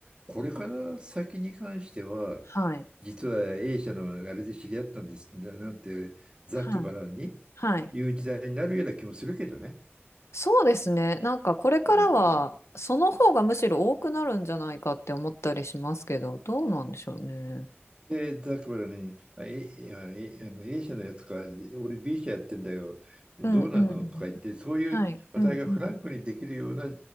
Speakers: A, on the right (about 25°); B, on the left (about 80°).
A: これから先に関しては
B: はい。
A: 実は A 社のあれで知り合ったんですななんてざっくばらんに
B: はい。はい。
A: 言う時代になるような気もするけどね。
B: そうですね。なんかこれからはその方がむしろ多くなるんじゃないかって思ったりしますけど、
A: うんうん。
B: どうなんでしょうね。
A: で、ザックバラに、あ、A、あの A あの A 社のやつか、俺 B 社やってんだよ、どうなのとか言って、
B: うんうんうん。
A: そういう話題がフランクにできるような
B: はい。うんうん。